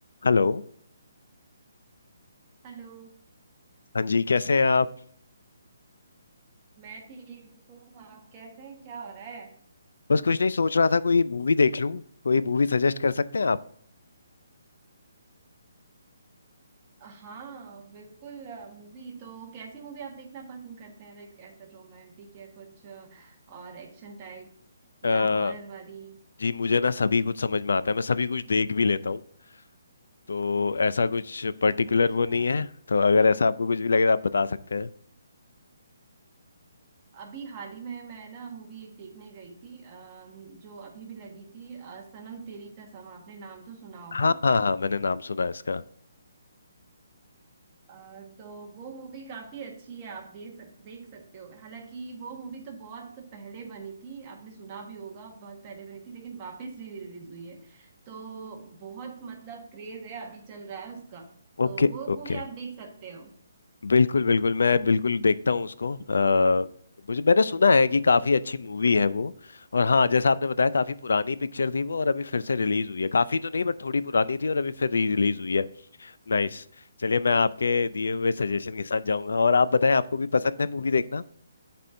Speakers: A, on the left; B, on the right.
A: Hello
B: हेलो
A: हाँ जी कैसे हैं आप
B: मैं ठीक हूँ आप कैसे हैं क्या हो रहा है
A: बस कुछ नहीं सोच रहा था कोई मूवी देख लूं कोई मूवी सजेस्ट कर सकते हैं आप
B: हाँ बिल्कुल मूवी तो कैसी मूवी आप देखना पसंद करते हैं लाइक ऐसे रोमांटिक या कुछ अ, और एक्शन टाइप या
A: अ,
B: हॉरर वाली
A: जी मुझे ना सभी कुछ समझ में आता है मैं सभी कुछ देख भी लेता हूँ तो ऐसा कुछ पर्टिकुलर
B: अच्छा
A: वो नहीं है तो अगर ऐसा आपको कुछ भी लगे तो आप बता सकते हैं
B: अभी हाल ही में मैं ना मूवी एक देखने गई थी अम, जो अभी भी लगी थी अ, सनम तेरी कसम आपने नाम तो सुना होगा
A: हाँ हाँ हाँ मैंने नाम सुना है इसका
B: अ, तो वो मूवी काफी अच्छी है आप देख सक देख सकते हो हालांकि वो मूवी तो बहुत पहले बनी थी आपने सुना भी होगा बहुत पहले बनी थी लेकिन वापस री रिलीज हुई है तो बहुत मतलब क्रेज है अभी चल रहा है उसका तो
A: Okay
B: वो
A: okay
B: मूवी आप देख सकते हो
A: बिल्कुल बिल्कुल मैं बिल्कुल देखता हूँ उसको अ, मुझे मैंने सुना है कि काफ़ी अच्छी मूवी है वो और हाँ जैसा आपने बताया काफ़ी पुरानी पिक्चर थी वो और अभी फिर से रिलीज हुई है काफ़ी तो नहीं बट थोड़ी पुरानी थी और अभी फिर री रिलीज हुई है नाइस चलिए मैं आपके दिए हुए सजेशन के साथ जाऊंगा और आप बताएं आपको भी पसंद है मूवी देखना